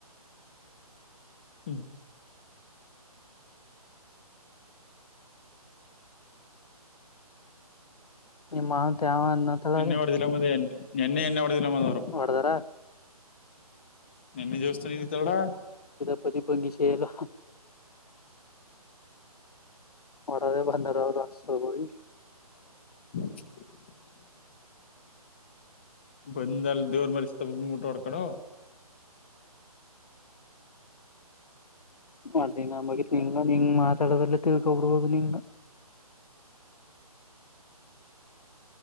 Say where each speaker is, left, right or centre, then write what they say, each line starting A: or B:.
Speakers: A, on the left; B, on the left.
A: ಹ್ಮ್
B: ನಿಮ್ಮ ಮಾವಂತ ಯಾವ ಅನ್ನತಳ
A: ಎಣ್ಣಿ
B: ರೀ
A: ಹೊಡೆದಿಲ್ಲ ಮಾದೇ ಎನ್ನಿ ಎಣ್ಣಿ ಹೆಂಗ ಒಡೆದಿಲ್ಲ ಮಾದೇ
B: ಹೊಡದಾರ
A: ನಿನಗೆ ಎಷ್ಟು ಉಳಿಯಿತ್ತು ತೋಡ.
B: ಪಜು ಬಂಗಿಶೇ ಎಲ್ಲ ಹಾ. ಅಡವಿ ಬಂದಳೋಕ ಸುರಭಿ.
A: <unintelligible> ಬಂದ ಅಲ್ ದೇವ್ರ ಮರ್ಸ್ತ ಮೂಟೆ ಹೊಡ್ಕಳೋ.
B: ಮಾಲಿಂಗ ಮೊದಲುನಿಂಗ ಹಿಂಗು ಮಾತಾಡದಲ್ಲ ತಿಳ್ಕೋಬಿಡ್ಬೋದು ನಿನ್ನ.